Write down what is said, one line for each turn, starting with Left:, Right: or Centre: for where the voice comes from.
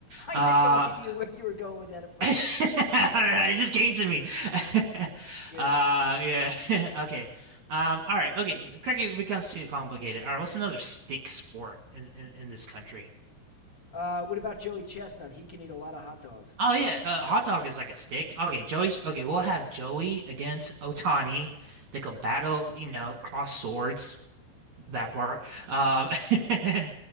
Left: I
Right: Uh,
Left: had no idea where you were going with that at first.
Right: <laughs> I don't know, it just came to me. <laughs>
Left: <laughs> That's good.
Right: Uh, yeah. <laughs> Okay. Um, all right. Okay. Cricket becomes too complicated. All right. What's another stick sport in, in, in this country?
Left: Uh, what about Joey Chestnut? He can eat a lot of hot dogs.
Right: Oh yeah, uh, hot dog is like a stick. Okay, Joey. Okay, we'll have Joey against Otani. They could battle, you know, cross swords.
Left: Oh
Right: That
Left: my
Right: part.
Left: God.
Right: Um, <laughs>